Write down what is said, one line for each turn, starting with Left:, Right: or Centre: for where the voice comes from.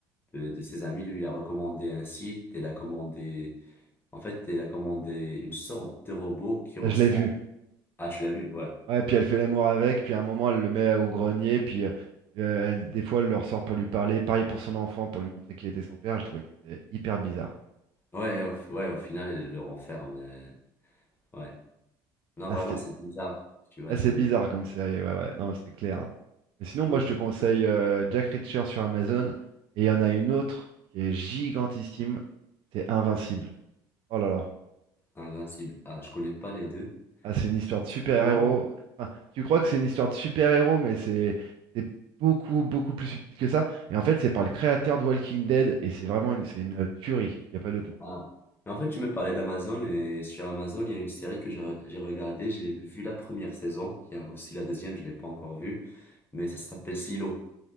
Left: euh, de ses amies lui a recommandé un site. Elle a commandé, en fait, elle a commandé une sorte de robot qui ressemble.
Right: je l'ai vu.
Left: Ah, tu l'as vu, ouais.
Right: Ouais, puis elle fait l'amour avec, puis à un moment, elle le met au grenier, puis euh, euh, elle- des fois, elle le ressort pour lui parler. Pareil pour son enfant, pour lui montrer qu'il était son père. Je trouvais que c'était hyper bizarre.
Left: Ouais, au, ouais, au final, elle le renferme. euh, ouais. Non,
Right: Ah,
Left: vraiment,
Right: c'était-
Left: c'est bizarre. Tu vois,
Right: Ah,
Left: c'est
Right: c'est bizarre comme série, ouais, ouais, non, c'est clair. hein. Mais sinon,
Left: Hmm,
Right: moi, je te conseille euh, Jack Reacher sur Amazon. Et il y en a une autre qui est gigantissime, c'est Invincible. Oh là là.
Left: invincible. Ah, je connais pas les deux.
Right: Ah, c'est une histoire de
Left: Sinon,
Right: super-héros. Enfin, tu crois que c'est une histoire de super-héros, mais c'est c'est beaucoup, beaucoup plus subtil que ça. Et en fait, c'est par le créateur de Walking Dead, et c'est vraiment une, c'est une tuerie. Il n'y a pas d'autre mot.
Left: Ah. En fait, tu me parlais d'Amazon et sur Amazon, il y a une série que j'ai re- j'ai regardée. J'ai vu la première saison. Il y a aussi la deuxième, je ne l'ai pas encore vue. Mais ça s'appelle Silo.